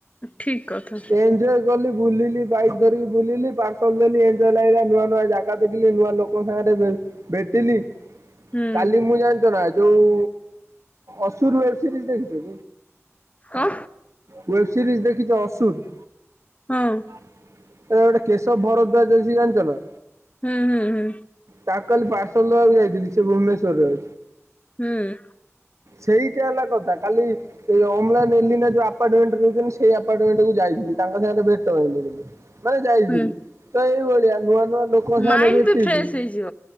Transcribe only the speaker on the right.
ଏଞଜଲ। ଗଲି ବୁଲିଲି ବାଇକ ଧରିକି ବୁଲିଲି ପାର୍ସଲ ଦେଲି ଏଜୟ ଲାଗିଲା ନୂଆ ନୂଆ ଜାଗା ଦେଖିଲି ନୂଆ ଲୋକଙ୍କ ସାଙ୍ଗରେ ଭେଟିିଲି।
କାଲି ମୁଁ ଜାଣିଛ ନା ଯୋଉ ଅସୁର ସିରିଜ ଦେଖିଛ।
ୱେବ ସିରିଜ ଦେଖିଛ ଅସୁର
ଏରା ଗୋଟେ କେଶବ ଭରଦ୍ୱାଜ ଅଛି ଜାଣିଛ ନା?
ତା କାଲି ପାର୍ଶଲ୍ ଦବାକୁ ଯାଇଥିଲି ସେ ଭୁବନେଶ୍ୱରରେ।
ସେଇଟା ହେଲା କଥା କାଲି ଏଇ ଅମଲାନ୍ ଏଲିନା ଯୋଉ ଆପାର୍ଟମେଣ୍ଟରେ ରହୁଛନ୍ତି ସେଇ ଆପାର୍ଟମେଣ୍ଟକୁ ଯାଇଥିଲି ତାଙ୍କ ସାଙ୍ଗରେ ଭେଟ ହେଇଥିଲି ମାନେ ଯାଇଥିଲି।
ତ ଏଇଭଳିଆ ନୂଆ ନୂଆ ଲୋକଙ୍କ ସାଙ୍ଗରେ
ଭେଟିଲି